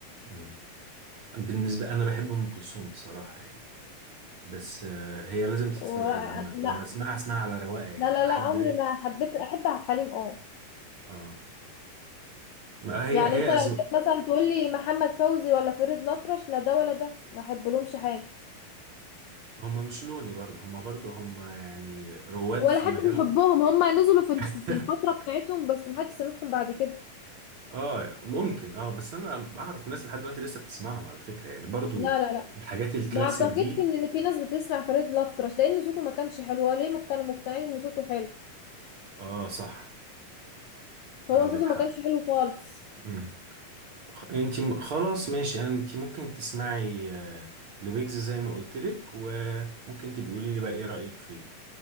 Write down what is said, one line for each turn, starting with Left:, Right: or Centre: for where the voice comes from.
Right: مم. بالنسبه انا بحب ام كلثوم بصراحه يعني بس آه، هي لازم تتفرق
Left: و...
Right: إيه، لما لما
Left: لا
Right: اسمعها اسمعها على رواقه يعني
Left: لا لا
Right: تبقى
Left: لا
Right: حد
Left: عمري
Right: رايق
Left: ما حبيت أحب عبد الحليم اه
Right: اه ما هي
Left: يعني
Right: هي
Left: انت لو
Right: اذواق
Left: جيت مثلا تقولي محمد فوزي ولا فريد الأطرش لا ده ولا ده ما احبلهمش حاجة
Right: هم مش لوني برضه هم برضه هم يعني رواد
Left: ولا
Right: في مجالهم
Left: حد بيحبهم هم نزلوا في الف-
Right: <laughs>
Left: في الفترة بتاعتهم بس محدش سمعهم بعد كده
Right: اه ممكن اه بس انا بعرف ناس لحد دلوقتي لسه بتسمعهم على فكره يعني برضه
Left: لا لا لا
Right: الحاجات الكلاسيك
Left: ما اعتقدش
Right: دي
Left: ان في ناس بتسمع فريد الأطرش لان صوته ما كانش حلو هو ليه مك- كانوا مقتنعين ان صوته حلو
Right: اه صح عندك
Left: هو صوته
Right: حق
Left: ما كانش حلو خالص
Right: مم. انت م- خلاص ماشي انت ممكن تسمعي آه، لويجز زي ما قلت لك وممكن تبقي قولي لي بقى ايه رأيك فيه